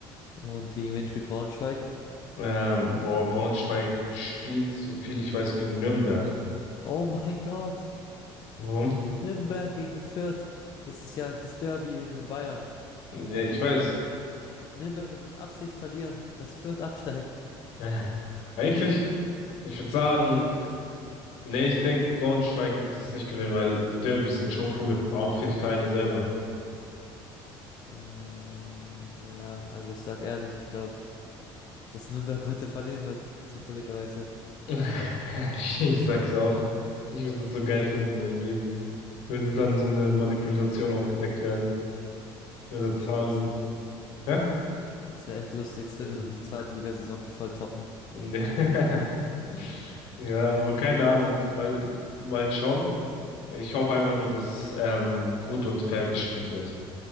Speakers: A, on the left; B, on the left.
A: Und gegen wen spielt Braunschweig?
B: Ähm, boah, Braunschweig spielt, so viel ich weiß, gegen Nürnberg.
A: Oh mein Gott!
B: Warum?
A: Nürnberg gegen Fürth. Das ist ja das Derby in Bayern.
B: Ja, ich weiß.
A: Nürnberg wird mit Absicht verlieren, dass Fürth absteigt.
B: Äh, Eigentlich, ich würde sagen, nee, ich denke, Braunschweig wird es nicht gewinnen, weil Derbys sind schon cool, auch für die Vereine selber.
A: Ähm, ja, also ich sag ehrlich, ich glaube, dass Nürnberg <laughs> heute verlieren wird. Zufälligerweise.
B: <laughs> Ich, ich sag's auch. Ich würde es so geil finden irgendwie. Würde dann so eine Manipulation aufgedeckt werden, mit
A: Das
B: der
A: wäre
B: Zahlung
A: echt lustig.
B: im Kopf. Hä?
A: Das wäre echt lustig. Das
B: Also,
A: würde so die Zweitligasaison voll toppen.
B: <laughs> Ja, aber keine Ahnung. Mal, mal schauen. Ich hoffe einfach nur, dass ähm, gut und fair gespielt wird.